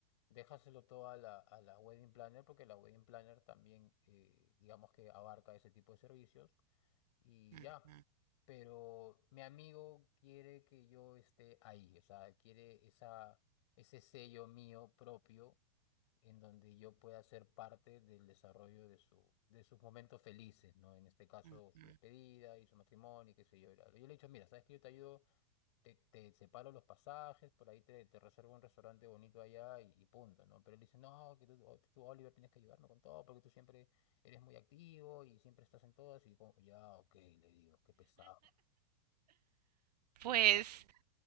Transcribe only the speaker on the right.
Ujú,
ujú.
Pues